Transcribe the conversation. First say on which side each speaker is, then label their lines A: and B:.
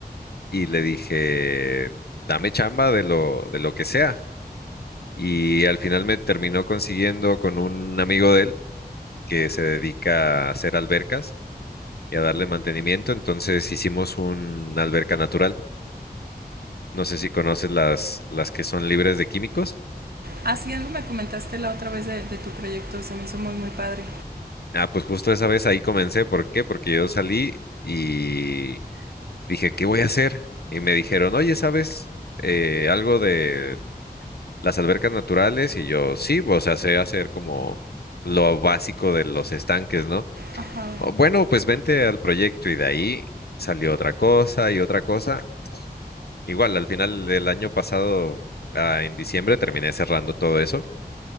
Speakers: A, on the left; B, on the right.
A: y le dije, dame chamba de lo, de lo que sea. Y al final me terminó consiguiendo con un amigo de él que se dedica a hacer albercas y a darle mantenimiento. Entonces hicimos una alberca natural No sé si conoces las, las que son libres de químicos.
B: Ah, sí, algo me comentaste la otra vez de, de tu proyecto, se me hizo muy, muy padre.
A: Ah, pues justo esa vez ahí comencé. ¿Por qué? Porque yo salí y dije, ¿qué voy a hacer? Y me dijeron, oye, ¿sabes eh, algo de las albercas naturales? Y yo, sí, o sea, sé hacer como lo básico de los estanques, ¿no?
B: Ajá.
A: "Oh, Bueno, pues vente al proyecto y de ahí salió otra cosa y otra cosa. Igual, al final del año pasado, ah, en diciembre, terminé cerrando todo eso,